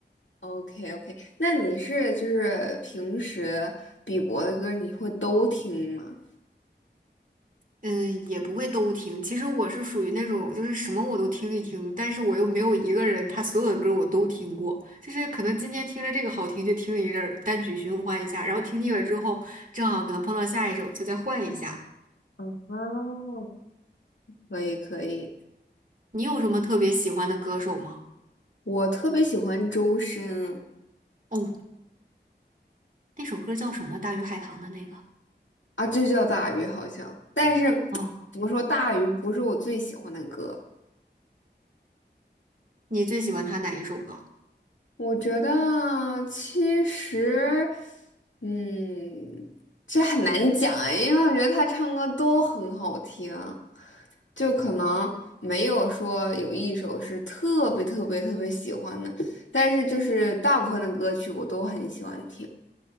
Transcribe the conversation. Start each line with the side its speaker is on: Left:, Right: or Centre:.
Left: OK OK，那你是就是平时比伯的歌你会都听吗？
Right: 嗯，也不会都听。其实我是属于那种就是什么我都听一听，但是我又没有一个人他所有的歌我都听过，就是可能今天听着这个好听就听一阵儿，单曲循环一下，然后听腻了之后，正好可能碰到下一首就再换一下。
Left: 哦，可以可以，
Right: 你有什么特别喜欢的歌手吗？
Left: 我特别喜欢周深
Right: 哦，那首歌叫什么？大鱼海棠的那个。
Left: 啊，就叫大鱼好像，但是
Right: 哦，
Left: 怎么说大鱼不是我最喜欢的歌。
Right: 你最喜欢他哪一首歌？
Left: 我觉得其实，嗯，这很难讲哎因为我觉得他唱歌都很好听，就可能没有说有一首是特别特别特别喜欢的，但是就是大部分的歌曲我都很喜欢听。